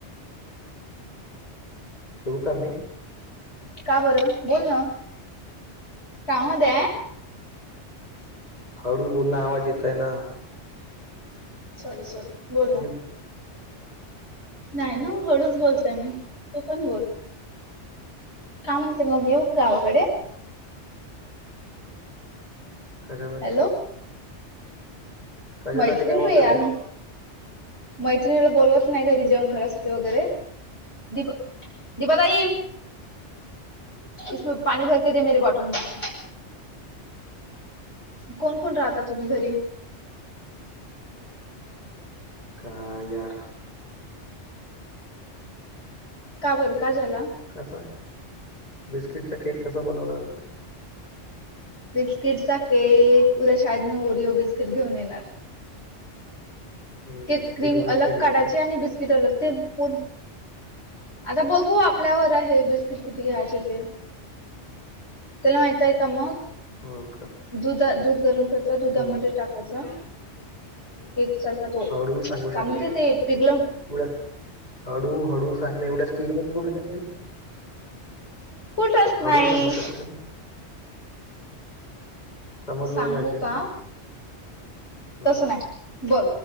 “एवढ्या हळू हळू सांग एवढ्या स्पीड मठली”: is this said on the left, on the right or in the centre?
Left